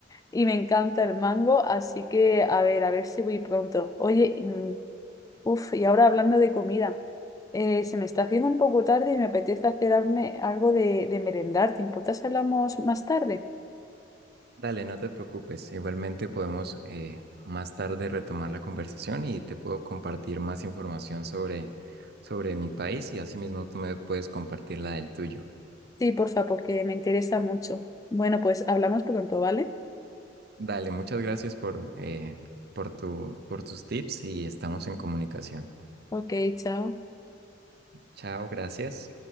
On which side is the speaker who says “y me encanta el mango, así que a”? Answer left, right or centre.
Left